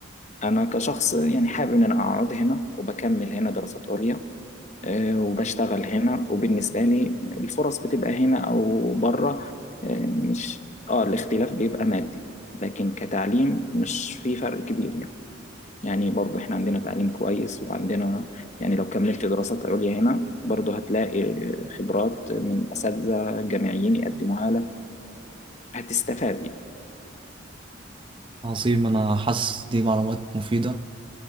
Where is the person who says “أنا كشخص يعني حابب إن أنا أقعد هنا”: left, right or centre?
Left